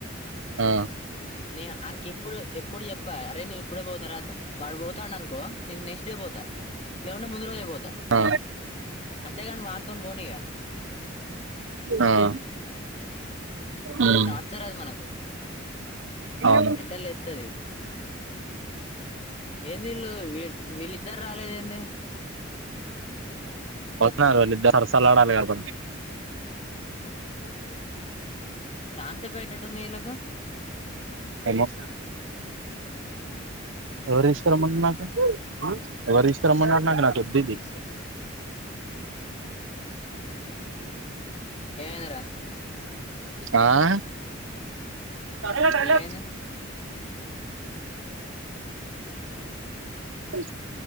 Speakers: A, on the right; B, on the left.
A: ఆ
B: న ఆయనకి ఎప్పుడు ఎప్పుడు చెప్ప అరే నువ్వు ఇప్పుడే పోతారా వాడు పోతాడు అనుకో నేనను నెక్స్ట్ డే పోతా లేకుంటే ముందు రోజే పోతా
A: ఆ
B: అంతేగాని వానితో పోనీగా
A: ఆ ఆ ఉమ్
B: ఒటర్చర్ అది మనకు
A: అవును
B: మెంటల్ లేస్తది ఎంధీల్లు వి విల్లాధ ఇద్దరు రాలేదు దే
A: వస్తున్నారు వాళ్ళిద్ద సరసలుడాలి కక
B: చానసేపు అయ్యేటట్టుందీళ్లకు
A: ఏమో ఎవర్తీష్కారమ్మరు నాకు ఎవర్తీష్కారమ్మన్నారు నాక్ ఒద్దు ఇది
B: ఏమైందిరా
A: ఆ న నల
B: ఏమైంది
A: అ